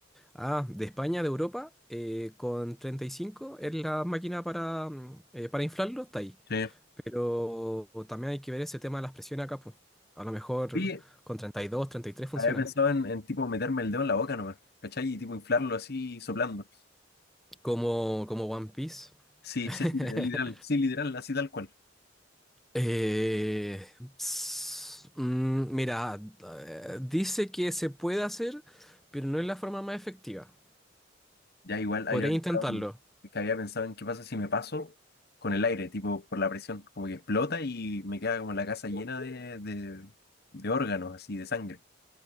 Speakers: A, in the centre; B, on the left (about 55°).
A: ah, de España, de Europa, eh, con 35 es la máquina para, mm, eh, para inflarlo, está ahí.
B: sí.
A: Pero también hay que ver ese tema de las presiones acá, pues. A lo mejor
B: Oye,
A: con treinta treinta y dos treinta y tres funciona.
B: había pensado en, en, tipo meterme el dedo en la boca nomás, ¿cachai? Y tipo inflarlo así soplando.
A: Como, como One Piece.
B: Sí,
A: <laughs>
B: sí, <laughs> es literal, sí, literal, así tal cual.
A: Eh, s- mm, mira, eh, dice que se puede hacer, pero no es la forma más efectiva.
B: Ya igual había
A: Podría
B: pensado
A: intentarlo.
B: en, que había pensado en qué pasa si me paso con el aire, tipo por la presión, como que explota y me queda como la casa llena de, de, de órganos, así, de sangre.